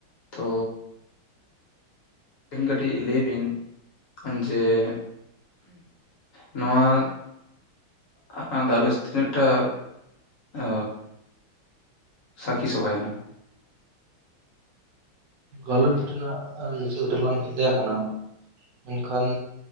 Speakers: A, on the left; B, on the right.
A: ᱛᱚᱻᱻ ᱟᱹᱵᱤᱱ ᱠᱟᱹᱴᱤᱡ ᱞᱟᱹᱭ ᱵᱤᱱ ᱡᱮ ᱱᱚᱣᱟ <unintelligible> ᱜᱟᱞᱚᱪ ᱛᱤᱱᱟᱹᱜ ᱴᱟ ᱟᱻ ᱥᱟᱹᱠᱷᱤ ᱥᱚᱵᱷᱟᱭᱮᱱᱟ?
B: ᱜᱟᱞᱚᱪ ᱨᱮᱱᱟᱜ ᱢᱩᱪᱟᱹᱫ ᱨᱮ ᱞᱟᱝ ᱦᱮᱡ ᱟᱠᱟᱱᱟ ᱢᱮᱱᱠᱷᱟᱱ